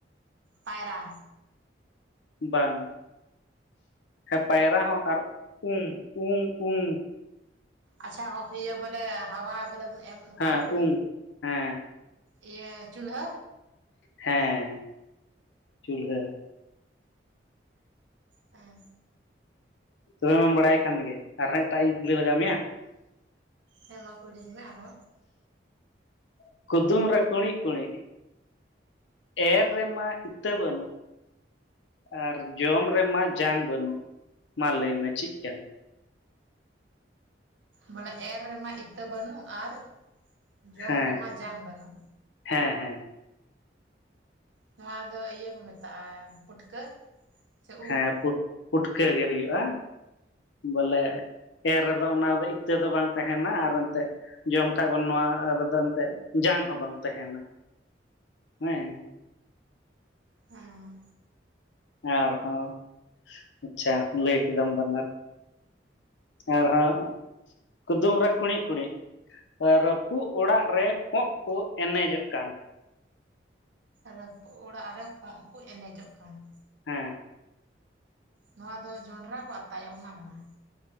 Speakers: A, on the right; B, on the left.
A: ᱯᱟᱭᱨᱟ
B: ᱵᱟᱝ ᱾ᱯᱟᱭᱨᱟ ᱦᱚᱸ ᱟᱨ ᱩᱢ ᱩᱢ ᱩᱢ
A: ᱟᱪᱪᱷᱟ ᱤᱭᱟᱹ ᱵᱚᱞᱮ ᱦᱟᱣᱟ ᱵᱚᱞᱮ ᱵᱚᱱ ᱮᱢ ᱚᱱᱠᱟ
B: ᱦᱮᱸ
A: ᱟᱵᱩ
B: ᱩᱢ ᱦᱮᱸ
A: ᱤᱭᱟᱹ ᱪᱩᱞᱦᱟᱹ᱾
B: ᱦᱮᱸ ᱪᱩᱞᱦᱟᱹ᱾
A: ᱦᱩᱸ᱾
B: ᱛᱚᱵᱮ ᱢᱟᱢ ᱵᱟᱰᱟᱭ ᱠᱟᱱ ᱜᱮ ᱟᱨᱦᱚᱸ ᱮᱴᱟᱜ ᱤᱧ ᱠᱩᱞᱤ ᱞᱟᱜᱟ ᱢᱮᱭᱟ᱾
A: ᱦᱮᱸ ᱢᱟ ᱠᱩᱞᱤᱧ ᱢᱮ ᱟᱨᱦᱚ᱾
B: <inaudible> ᱠᱩᱫᱩᱢ ᱨᱮ ᱠᱩᱬᱤᱜ ᱠᱩᱬᱤᱜ᱾ ᱮᱨ ᱨᱮᱢᱟ ᱤᱛᱟᱹ ᱵᱟᱹᱱᱩᱜ᱾ ᱟᱨ ᱡᱚᱢ ᱨᱮᱢᱟ ᱡᱟᱝ ᱵᱟᱹᱱᱩᱜ ᱢᱟ ᱞᱟᱹᱭ ᱢᱮ ᱪᱤᱜ ᱠᱟᱱᱟ᱾
A: ᱵᱚᱞᱮ ᱮᱨ ᱨᱮᱢᱟ ᱤᱛᱟᱹ ᱵᱟᱹᱱᱩᱜ <inaudible> ᱟᱨ ᱡᱚᱢ
B: ᱦᱮᱸ
A: ᱨᱮᱢᱟ ᱡᱟᱝ ᱵᱟᱹᱱᱩᱜ᱾
B: ᱦᱮᱸ ᱦᱮᱸ᱾
A: ᱱᱚᱣᱟ ᱫᱚ ᱤᱭᱟᱹ ᱠᱚ ᱢᱮᱛᱟᱜᱼᱟ ᱯᱩᱴᱠᱟᱹ᱾ ᱥᱮ
B: ᱦᱮᱸ
A: ᱩᱫ
B: ᱯᱩᱜ ᱯᱩᱴᱠᱟᱹ ᱜᱮ ᱦᱩᱭᱩᱜᱼᱟ ᱵᱚᱞᱮ᱾ ᱮᱨ ᱨᱮᱫᱚ ᱚᱱᱟ ᱫᱚ ᱤᱛᱟᱹ ᱫᱚ ᱵᱟᱝ ᱛᱟᱦᱮᱱᱟ ᱟᱨ ᱮᱱᱛᱮᱜ᱾ ᱡᱚᱢ ᱠᱷᱟᱜ ᱵᱚᱱ ᱱᱚᱣᱟ ᱨᱮᱫᱚ ᱮᱱᱛᱮᱜ ᱡᱟᱝ ᱦᱚᱸ ᱵᱟᱝ ᱛᱮᱦᱮᱱᱟ ᱦᱮᱸ᱾
A: ᱦᱮᱸ᱾
B: ᱟᱨᱦᱚᱸ ᱟᱪᱪᱷᱟ ᱞᱟᱹᱭ ᱠᱮᱫᱟᱢ ᱵᱟᱱᱱᱟᱨ᱾ ᱟᱨᱦᱚᱸ ᱠᱩᱫᱩᱢ ᱨᱮ ᱠᱩᱬᱤᱜ ᱠᱩᱬᱤᱜ᱾ ᱨᱟᱹᱯᱩᱜ ᱚᱲᱟᱜ ᱨᱮ ᱠᱚᱜ ᱠᱚ ᱮᱱᱮᱡᱚᱜ ᱠᱟᱱ᱾
A: ᱨᱟᱹᱯᱩᱜ ᱚᱲᱟᱜ ᱨᱮ ᱠᱚᱸᱜ ᱠᱚ ᱮᱱᱮᱡᱚᱜ ᱠᱟᱱ᱾ <inaudible>
B: ᱦᱮᱸ
A: ᱱᱚᱣᱟ ᱫᱚ ᱡᱚᱸᱱᱰᱨᱟ ᱠᱚ ᱟᱛᱟᱭᱟ ᱚᱱᱟ ᱠᱟᱱᱟ᱾